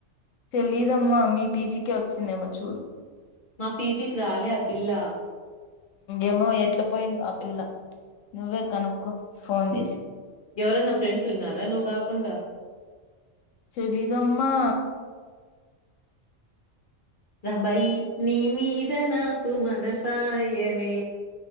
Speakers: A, on the left; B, on the left.
A: తెలీదమ్మా మీ పీ జీ కే వచ్చిందేమో చూడు
B: మా పీ జీ కి రాలే ఆ పిల్ల
A: ఏమో ఎట్ల పోయిందో ఆ పిల్ల నువ్వే కనుక్కో ఫోన్ చేసి
B: ఎవరన్నా ఫ్రెండ్స్ ఉన్నారా నువ్వు కాకుండా
A: తెలీదమ్మా
B: రాంబాయి నీ మీద నాకు మ నసా య్యెనే